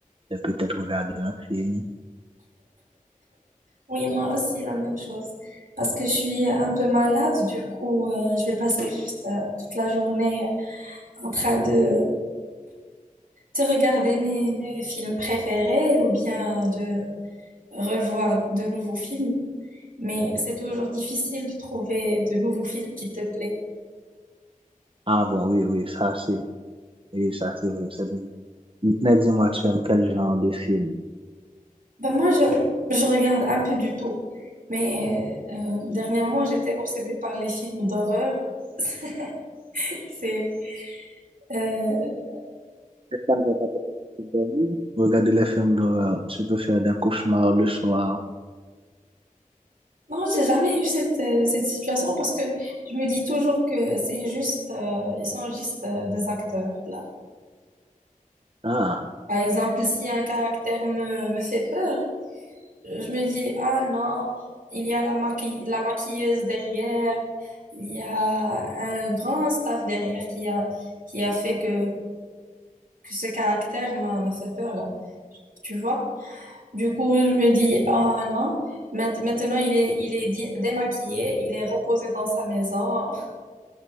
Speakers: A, on the right; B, on the right.
A: et peut-être regarder un film.
B: Oui, moi aussi, la même chose. Parce que je suis un peu malade, du coup, euh, je vais passer juste euh, toute la journée en train de, de regarder mes, mes films préférés ou bien revoir de nouveaux films, mais c'est toujours difficile de trouver de nouveaux films qui te plaisent.
A: Ah bon, oui, oui, ça c'est, oui, ça c'est vrai. c'est bon. Mais dis-moi, tu aimes quel genre de film?
B: Ben moi, je, je regarde un peu du tout, mais euh, dernièrement, j'étais obsédée par les films d'horreur. <laughs> C'est, euh,
A: J'espère que t'as pas peut-être dormi. Regarder les films d'horreur, tu peux faire des cauchemars le soir.
B: non, j'ai jamais eu cette, euh, cette situation parce que je me dis toujours que c'est juste, euh, ils sont juste euh, des acteurs, là.
A: Ah,
B: Par exemple, si un caractère me, me fait peur, je me dis, ah non, il y a la maquille, la maquilleuse derrière, Il y a un grand staff derrière qui a, qui a fait que, que ce caractère m'a m'a fait peur là. Tu vois? Du coup, je me dis, ah non, Maint- maintenant il est, il est di- démaquillé, il est reposé dans sa maison.